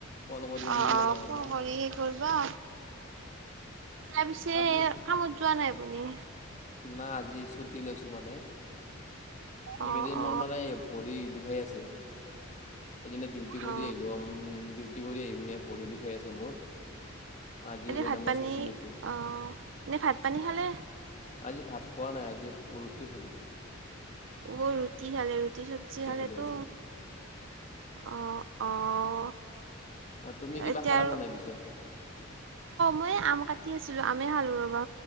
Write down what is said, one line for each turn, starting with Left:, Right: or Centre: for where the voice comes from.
Left: কল কৰি
Right: অ'
Left: দি পিনে
Right: প
Left: জনাই
Right: ফোন
Left: দিম।
Right: কৰি সে কৰিবা। তাৰ পিছে
Left: আপুনি
Right: কামত যোৱা নাই আপুনি?
Left: না আজি ছুটি লৈছো মানে। এইকেইদিন
Right: অ অ
Left: মোৰ মানে ভৰি বিহে আছে। সেইদিনা ডিউটি কৰি
Right: অ
Left: আহিলো উম ডিউটি কৰি আহি প ভৰি বিহে আছে মোৰ। আজি
Right: এনে
Left: সেইকাৰণে
Right: ভাত
Left: মই
Right: পানী
Left: ছুটি লৈছোঁ।
Right: অ' এনেই ভাত পানী খালে?
Left: আজি ভাত খোৱা নাই আজি ৰুটি খালো।
Right: অ ৰুটি খালে ৰুটি চব্জি খালে
Left: খালোঁ
Right: তো
Left: আজি।
Right: অ' অ'
Left: অ' তুমি কিবা
Right: এতিয়া
Left: খালা ন নাই পিছে?
Right: ময়ে আম কাটি আছিলো আমে খালো ৰবা।